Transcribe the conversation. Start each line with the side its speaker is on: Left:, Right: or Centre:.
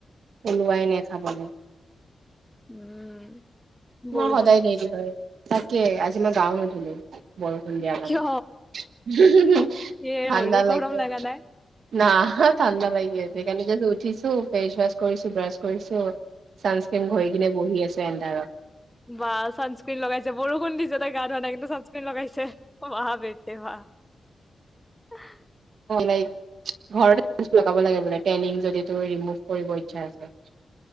Right: ওলোৱাই নাই খাবলৈ।
Centre: উম।
Right: তোমাৰ
Centre: বৰষুণ
Right: সদায়
Centre: দি
Right: দেৰি
Centre: আছে
Right: হয় আজি মই গাঁও নোধোলো। বৰষুণ দিয়া কাৰানে
Centre: কিয় এ
Right: ঠাণ্ডা
Centre: হৰি গৰম
Right: লাগে
Centre: লগা
Right: ন
Centre: নাই
Right: ঠাণ্ডা লাগি আছে সেইকাৰণে যাচট উঠিছো ফেচ ৱাছ কৰিছো ব্ৰাছ কৰিছো। ছানস্ক্ৰীণম ঘহি কিনে বহি আছো। তেনদাৰৰ।
Centre: বাাহ চানস্ক্ৰিন লগাইছে বৰষুণ দিচে তাই গা ধোৱা নাই কিন্তু চানস্ক্ৰিন লগাইছে ৱাহ বেতে ৱাহ।
Right: লাইক ঘৰতে- লগাব লাগে বোলে। ট্যানিং যদি তোৰ ৰিমোভ কৰিব ইচ্ছা আছে।